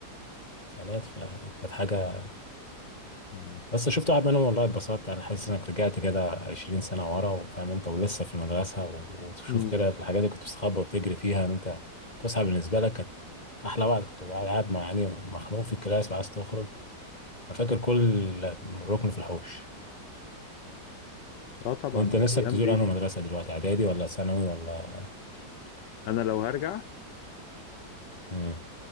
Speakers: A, on the left; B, on the left.
A: تسعينات فكانت حاجه
B: مم.
A: بس شفت واحد منهم والله اتبسطت يعني حاسس انك رجعت كده 20 سنة ورا وفاهم انت ولسه في المدرسة و- وتشوف
B: مم.
A: كده الحاجات اللي كنت بتستخبى وتجري فيها ان انت فسحة بالنسبة لك كانت احلى وقت كنت بقى قاعد مع يعني مخنوق في الكلاس وعايز تخرج ففاكر كل ركن في الحوش
B: اه طبعا
A: يعني انت نفسك
B: الأيام
A: تزور
B: دي
A: انهي مدرسة دلوقتي اعدادي ولا ثانوي ولا
B: أنا لو هرجع
A: امم